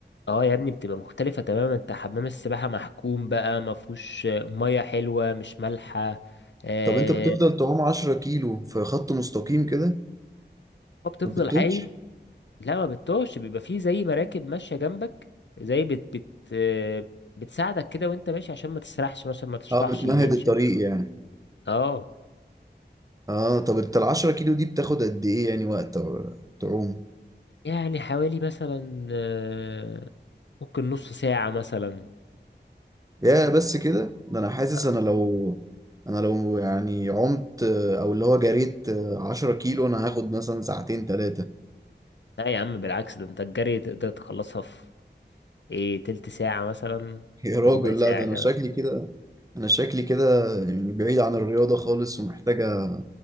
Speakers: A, on the left (about 75°); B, on the right (about 20°).
A: اه يا ابني بتبقى مختلفة تماما انت حمام السباحة محكوم بقى ما فيهوش مية حلوة مش مالحة آه
B: طب انت بتفضل تعوم 10 كيلو في خط مستقيم كده
A: هو بتفضل
B: ما بتتوهش
A: عايم لا ما بتطوش بيبقى فيه زي مراكب ماشية جنبك زي بت بت آه، بتساعدك كده وانت ماشي عشان ما تسرحش مثلا ما تشطحش
B: اه بتمهد
A: يمين
B: الطريق
A: شمال
B: يعني
A: اه
B: اه طب انت ال 10 كيلو دي بتاخد قد ايه يعني وقت تعوم
A: يعني حوالي مثلا آه، ممكن نص ساعة مثلا
B: يا بس كده ده انا حاسس
A: لا
B: انا لو انا لو يعني عمت او اللي هو جريت 10 كيلو انا هاخد مثلا ساعتين ثلاثة
A: لا يا عم بالعكس ده انت الجري تقدر تخلصها في ايه تلت ساعة مثلا
B: يا راجل
A: وربع ساعة
B: لا ده انا
A: كمان
B: شكلي كده انا شكلي كده يعني بعيد عن الرياضة خالص ومحتاجة